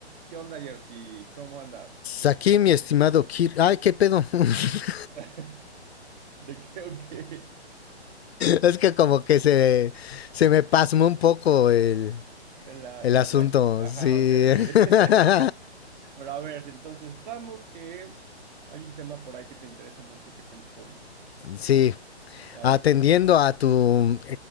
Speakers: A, on the right; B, on the left.
A: ¿Qué onda, Jersey? ¿Cómo andas?
B: Aquí, mi estimado Kir. Ay, qué pedo. <laughs>
A: <laughs> ¿De qué o qué?
B: es que como que se, se me pasmó un poco el,
A: La,
B: el
A: la,
B: asunto.
A: la... Ajá,
B: Sí.
A: ok, ok.
B: <laughs>
A: <laughs> Pero a ver, entonces estamos que hay un tema por ahí que te interesa mucho que es el COVID.
B: sí.
A: A
B: Atendiendo
A: ver,
B: a tu